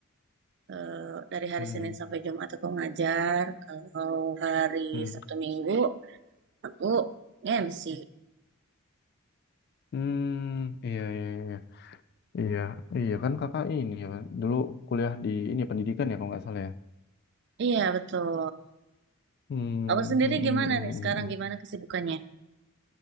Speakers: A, on the right (about 50°); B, on the left (about 45°).
A: eh, dari hari
B: Hmm,
A: Senin sampai Jumat aku ngajar. Kalau hari
B: hmm,
A: Sabtu Minggu aku MC.
B: hmm. Iya, iya, iya. Iya, iya iya kan Kakak ini ya kan. Dulu kuliah di ini ya, pendidikan ya kalau nggak salah ya.
A: Iya betul.
B: Hmm,
A: Aku sendiri
B: hmm, hmm,
A: gimana
B: hmm,
A: nih sekarang?
B: hmm, hmm.
A: Gimana kesibukannya?